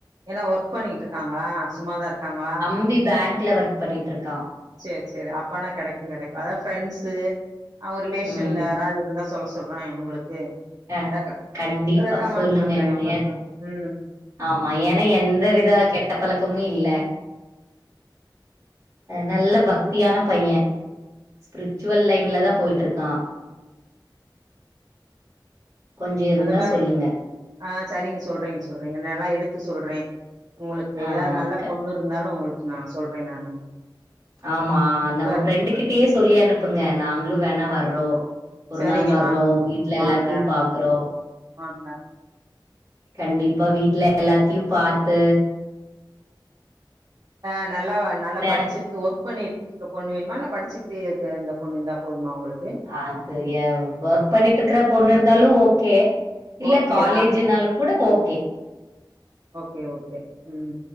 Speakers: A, on the right; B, on the right.
A: என்ன ஒர்க் பண்ணிட்டு இருக்காங்களா சும்மாதா இருக்காங்களா
B: ம்பி பேங் க்ல ஒர்க் பண்ணிட்டு இருக்கா
A: செரி செரி அப்பனா கெடைக்கு கெடைக்கு அதா ஃப்ரெண்ட்ஸு அவங்க ரிலேஷன்ல
B: ம்
A: யாராது இருந்தா சொல்ல சொ சொல்றேன் ஒங்களுக்கு
B: அ
A: ர
B: கண்டிப்பா
A: ரெக்கமெண்ட்
B: சொல்லுங்க
A: பண்றே
B: என்ன
A: உங்களுக்கு உ
B: ஆமா ஏனா எந்த வித கெட்ட பழக்கமு இல்ல நல்ல பக்தியான பய்யேன் ஸ்பிரிச்சுவல் லைன்ல தா போயிட்டு இருக்கா கொஞ்சோ இருந்தா
A: அந்த மாரி
B: சொல்லுங்க
A: ஆ சரிங்க சொல்றேங்க சொல்றேங்க நல்லா எடுத்து சொல்றே உங்களுக்கு
B: ஆ
A: ஏதாது நல்ல
B: க
A: பொண்ணு இருந்தாலு உங்களுக்கு நா சொல்றே நானு
B: ஆமா
A: இப்ப
B: நம்ம
A: இருக்க
B: ஃப்ரெண்டு கிட்டயே சொல்லி அனுப்புங்க நாங்களு வேணா வர்றோ ஒரு
A: சரிங்க
B: நாள் வர்றோ
A: வாங்க
B: வீட்ல எல்லாத்தயு
A: வாங்க
B: பாக்குறோ
A: வாங்க
B: கண்டிப்பா வீட்ல எல்லாத்தயு பாத்து
A: ஆ நல்லவா நல்லா
B: ன
A: படிச்சிருக்கு ஓக் பண்ணிட் இருக்ற பொண்ணு வேணுமா இல்ல படிச்சிடே இருக்க இந்த பொண்ணு இருந்தா போதுமா உங்ளுக்கு
B: அது ஏ ஒர்க் பண்ணிட்டு இருக்ற பொண்ணு இருந்தாலும் ஓகே இல்ல
A: ஓகே
B: காலேஜூனாலு
A: தா
B: கூட ஓகே
A: ஓகே ஓகே உம்